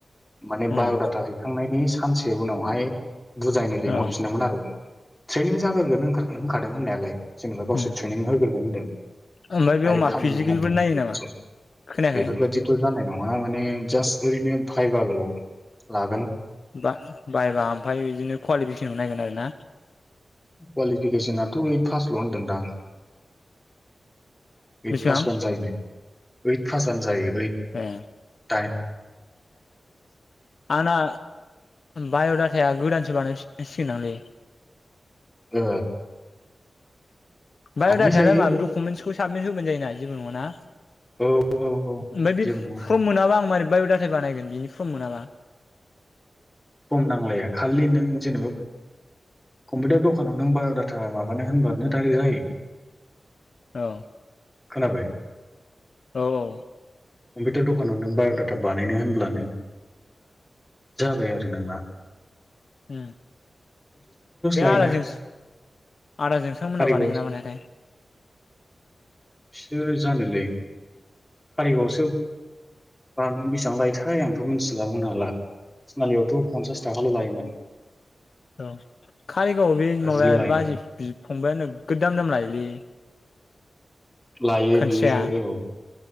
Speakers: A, in the centre; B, on the left (about 60°).
A: माने
B: उम
A: बाय'डाटा हैखांनायनि सानसे उनावहाय बुजायनो लेंंहरफिनदोंमोन
B: औ
A: आरो ट्रेनिं जाग्रोगोन होनखा होनखादों होननायालाय जेनेबा गावसोर
B: उम
A: ट्रेनिं होग्रोगोन होनदों
B: ओमफ्राय
A: डाइरेक्ट
B: बेयाव मा
A: खामानि
B: फिजिकेलफोर
A: जानाय नोगा
B: नायो नामा खोनायाखै
A: बेफोरबायदिथ' जानाय नङा माने जास्त ओरैनो भायभाल' ला
B: दा भायभा ओमफ्राय बिदिनो कवालिफिक नायगोन आरोना
A: कवालिफिकेसनाथ' ओइद फासल' होनदोंदां ओइद
B: बेसेबां
A: पास बानोजायोनो ओइद पास होनजायो ओइद
B: ए
A: टाइम।
B: आंना बाय' डाटाया गोदानसो बानाय फिनांसिगोन दांलै।
A: ओ
B: बाय'
A: बानाय
B: डाटा
A: जायो
B: यालाय मा डकुमेन्टसखौ साबमिट होबानो जायोना जेबो नङाना?
A: औ औ औ
B: ओमफ्राय बे
A: जेबो नङा
B: फर्म मोनाबा आं मारै बाय' दाथा बानायगोन बिनि फर्म मोनाबा?
A: फर्म नांलाया खालि नों जेनेबा कम्पिउटार दखानाव नों बाय'डाटा माबानो होनबानो डाइरेक्ट जायो।
B: औ।
A: खोनाबाय?
B: औ औ।
A: कम्पिउटार दखानाव नों बाय'डाटा बानायनो होनब्लानो जाबाय आरो। जेनेबा
B: ओ बे
A: लायोना
B: आदा जोंस आदा जोंसांर मोना
A: कारिगाव
B: बानायगोना बानायथाय?
A: बिसोर जानोलै कारिगाव आवसो बान बेसेबां लायोथाय आंथ' मिथिला बुंनो हाला तिनालियाव थ' पन्सास थाखाल' लायोमोन।
B: औ कारिगाव आव बे
A: बाजिल'
B: माबाया
A: लायोमोन
B: बाजै बि फंबाया नो गोद दाम दाम लायोलै।
A: लायो
B: खाथिया
A: बियो औ